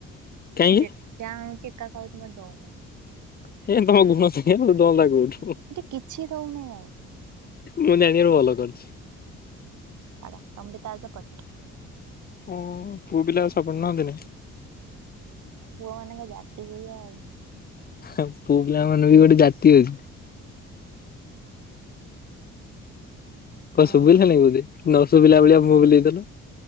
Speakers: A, on the left; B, on the right.
A: କାହିଁକି?
B: ଯେ ଯାହା ଆଣୁଚି ଏକା ଖାଉଚି ମତେ ଦଉନାଇଁ।
A: <unintelligible>
B: ମତେ କିଛି ଦଉନି ଆଉ।
A: ମୁଁ ଜାଣିବାରେ ଭଲ କରୁଚି।
B: ଛାଡ଼ ତମେବି ତା ସହ ପଟ। <unintelligible>
A: ଓ ପୁଅ ପିଲା ସପଟ ନିଅନ୍ତିନି?
B: ଅ ହଁ ତମ ପୁଅ ମାନଙ୍କ ଜାତିସେଇଆ ଆଉ।
A: ପୁଅ ପିଲା ମାନଙ୍କ ବି ଗୋଟେ ଜାତି ଅଛି।
B: ହୁଁ।
A: କଣ
B: ଆଉ
A: ଶୁବିଲା ନାଇ ବୋଧେ ନ ଶୁଭିଲା ଭଳିଆ ମୁହଁ ବୁଲେଇ ଦେଲ?